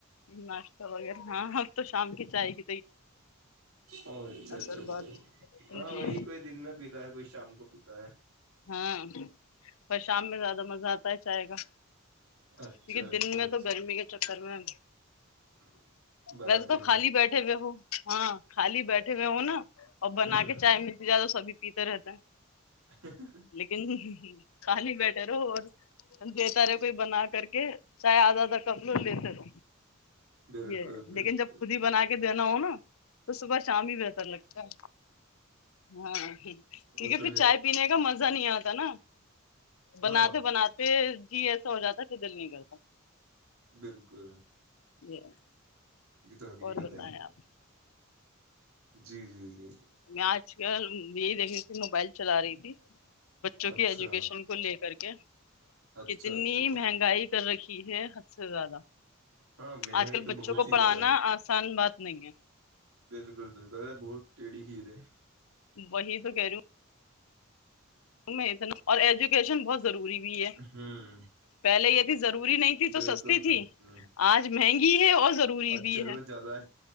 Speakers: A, on the left; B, on the right.
A: ناشتہ وغیرہ ہاں تو شام کی چائے گ
B: او اچھا
A: عصر
B: اچھا اچھا
A: بعد
B: ہاں
A: جی
B: وہی کوئی دن میں پیتا ہے کوئی شام کو پیتا ہے
A: ہاں پر شام میں زیادہ مزہ آتا ہی چے گا
B: اچھا
A: کیونکہ
B: اچھا
A: دن میں
B: اچھا
A: تو گرمی کے چکر میں
B: <inaudible> بناتے
A: ویسے تو
B: نہیں
A: خالی
B: ہو۔
A: بیٹھے ہوئے ہو ہاں خالی بیٹھے ہوئے ہو نا اور بنا
B: ہوں
A: کے چائے میں زیادہ سبھی پیتا رہتا ہے
B: اچا
A: لیکن کالی بیٹھے رہو اور دیتا رہو کوئی بنا کر کے چاہے آدھا آدھا کپ لو لیتے رہو
B: ہے بالکل
A: یہ
B: بالکل
A: لیکن جب خود ہی بنا کے دینا ہو نا تو صبح شام ہی بہتر لگتا ہے ہاں ٹھیک
B: وہ
A: ہے
B: تو
A: پھر چائے پینے مزہ نہیں آتا نا بناتے
B: ہاں
A: بناتے پھر جی ایسا ہو جاتا تو دل نہیں کرتا
B: بالکل
A: یہ
B: یہ تو حقیقت
A: اور بتائیں
B: ہے
A: آپ
B: جی جی جی
A: میں آج کل یہی دیکھ رہی تھی موبائل چلا رہی تھی بچوں
B: اچھا
A: کی ایجوکیشن کو لے کر کے
B: اچھا
A: کتنی
B: اچھا اچھا
A: مہنگائی کر رکھی ہے سے زیادہ
B: ہاں مہنگائی
A: آج کل
B: تو
A: بچوں
B: بہت
A: کو
B: ہی
A: پڑھانا
B: زیادہ ہے
A: آسان بات نہیں ہے
B: بالکل بالکل ا بہت ٹیڑھی خھیر ہے
A: وہی تو کہہ رہی اتنا اور ایجوکیشن بہت ضروری بھی ہے
B: ہوں
A: پہلے یہ ت ضروری نہیں تھی تو
B: بالکل
A: سستی تھی
B: بالکل
A: آج مہنگی ہے اور ضرور روری
B: اب
A: بھی
B: ضرورت
A: ہے
B: زیادہ